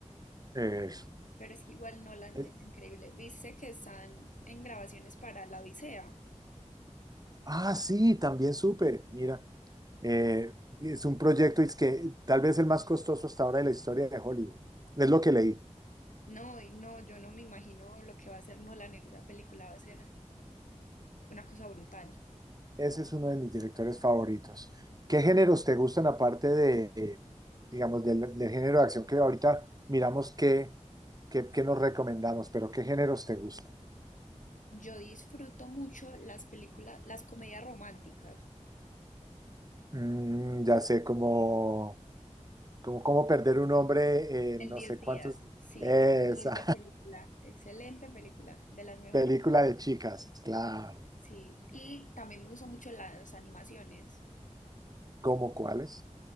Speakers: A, on the right; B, on the left.
A: Eso.
B: pero es que igual Nolan
A: Es-
B: es increíble. ¿Viste que están en grabaciones para La Odisea?
A: ah, sí, también supe, mira. Eh, es un proyecto es que tal vez el más costoso hasta ahora de la historia de Hollywood. Es lo que leí.
B: No, y no, yo no me imagino lo que va a hacer Nolan en esa película, va a ser una cosa brutal.
A: Ese es uno de mis directores favoritos. ¿Qué géneros te gustan aparte de, eh, digamos, del, del género de acción que ahorita miramos qué, qué, qué nos recomendamos, pero qué géneros te gustan?
B: Yo disfruto mucho las películas, las comedias románticas.
A: Mm, ya sé, como, como cómo perder un hombre,
B: En
A: en no
B: 10
A: sé
B: días,
A: cuántos.
B: sí,
A: Esa
B: excelente película, excelente película, de
A: <laughs>
B: las mejores,
A: película de chicas, claro.
B: sí. Y también me gustan mucho las animaciones.
A: ¿Cómo cuáles?